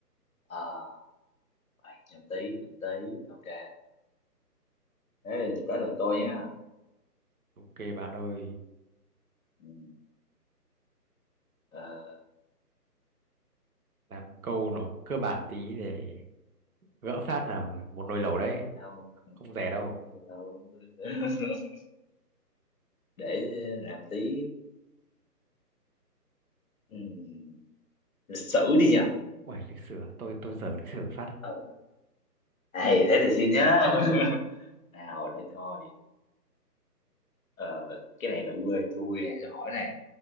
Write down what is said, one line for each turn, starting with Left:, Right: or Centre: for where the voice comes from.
Left: à nhầm tí nhầm tí ok thế tới lượt tôi nhá
Right: Ok bạn ơi,
Left: ừ. ờ,
Right: làm câu nó cơ bản tí để gỡ phát nào, một nồi lẩu đấy,
Left: đâu
Right: không rẻ
Left: Ờ,
Right: đâu.
Left: từ từ. <laughs> để làm tí ừm, lịch sử đi nhờ
Right: Uầy, lịch sử, à? tôi tôi dở lịch sử phát.
Left: ừ. Ê, thế thì xin nhá <laughs> nào để coi Ờ, cái này là quê tôi nè tôi hỏi này